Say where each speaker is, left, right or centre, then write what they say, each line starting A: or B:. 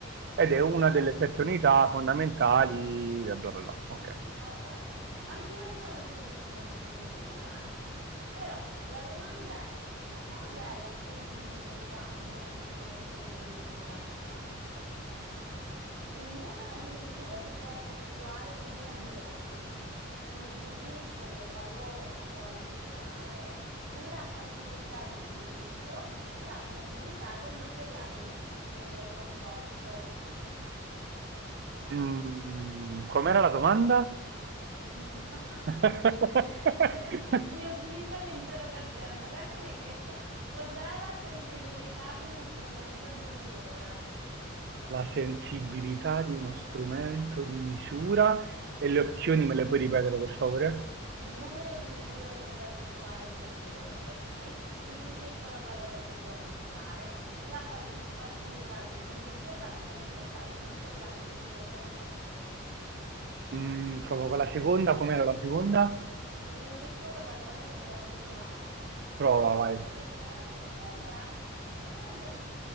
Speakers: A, on the right; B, on the right.
A: ed è una
B: ah,
A: delle sette unità fondamentali, bla bla bla. Ok.
B: ok, anch'io sono sugli strumenti di misura, eh. Però la domanda è, cos'è la sensibilità di uno strumento di misura? Il numero di misure che può effettuare prima di rompersi, il più piccolo valore che può misurare, la facilità d'utilizzo, la fragilità del materiale di cui è composto.
A: Mm, com'era la domanda?
B: <laughs>
A: <laughs>
B: Sembra mio figlio all'interrogazione. Cos'è che mi ha chiesto? Cos'è la sensibilità di uno strumento di misura?
A: La sensibilità di uno strumento di misura e le opzioni me le puoi ripetere per favore?
B: Il numero di misure che può effettuare prima di rompersi, il più piccolo valore che può misurare, la fali- facilità d'utilizzo, la fragilità del materiale di cui è composto.
A: Mm, provo con la seconda, com'era la seconda?
B: Il più piccolo valore che può misurare.
A: Prova,
B: Ah,
A: vai.
B: potrebbe, eh, potrebbe, eh, potrebbe.